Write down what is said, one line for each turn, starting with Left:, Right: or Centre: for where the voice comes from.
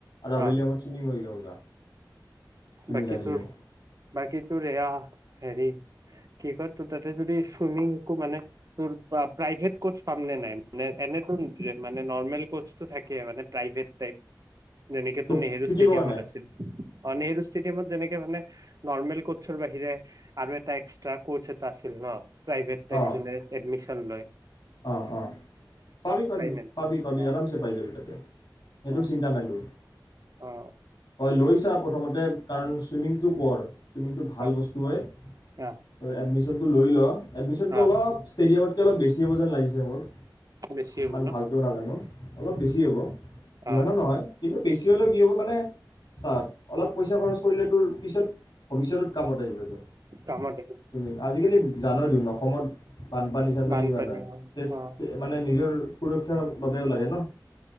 Left: আৰু আবেলি
Right: অ
Left: সমত চুইমিং কৰি যা যা চুইমিং
Right: বাকী
Left: জানি
Right: তোৰ,
Left: যায়
Right: বাকী তোৰ এয়া হেৰি কি কয়, তোৰ তাতে চুইমিং শিকো, মানে তোৰ প্ৰভেট কোচ পামনে নাই? মানে এনেতো মানে নৰ্মেল কোচটো থাকে মানে প্ৰাইভেট টাইপ যেনেকে
Left: তোক
Right: তুমি নেহেৰু
Left: শিকিব
Right: ষ্টেডিয়ামত
Left: কাৰণে
Right: আছিল। অ' নেহেৰু ষ্টে ষ্টেডিয়ামত যেনেকে মানে নৰ্মেল কোচৰ বাহিৰে আৰু এটা এক্সট্ৰা কোচ এটা আছিল ন? প্ৰাইভেট টাইপ
Left: অ
Right: যোনে এডমিচন ন লৈ
Left: অ', অ' পাবি-পাবি,
Right: নে
Left: পাবি-পাবি
Right: অ
Left: আৰামচে পাই যাবি তাতে সৈতে
Right: অ
Left: চিন্তা নাইতো,
Right: অ
Left: তই লৈছা প্ৰথতাও। কাৰণ স্বিমিংটো কৰ। স্বিমিংটো ভাল
Right: অ অ
Left: বস্তু হৈ,
Right: অ
Left: এ এডমিশ্যন জল্দি লৈ লো এডমিশ্যনতেওঁ
Right: অ
Left: অলপ ষ্টেডিয়ামত অলপ বেছি কি হব যেন লাগিছে মোৰ,
Right: বেছি হ'ব
Left: ইমান
Right: ন
Left: ভালেকেও নাজানো। অলপ বেছি হ'ব। ইমানো
Right: অ
Left: নহয় কিন্তু বেচিহলে কি হ'ব মানে সা অলপ পইচা খৰচ কৰিলে তোৰ পিছত ভবিছতৰ কাম আহিব তোৰ।
Right: কামত
Left: <unintelligible> আজিকালি। জনোৱাইটো অসমত বানপানী সংপানি
Right: বানপানী
Left: কিমান অ', সাই সাই
Right: অ
Left: মানে নিজৰ সুৰক্ষাৰ বাবেও লাগে ন।